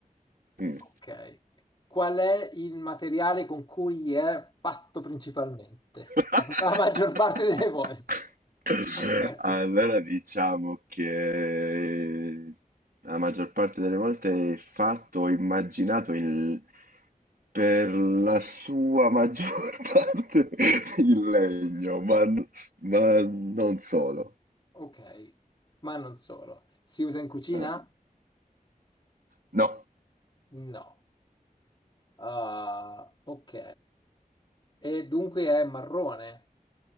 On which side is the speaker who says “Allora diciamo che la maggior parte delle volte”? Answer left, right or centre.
Right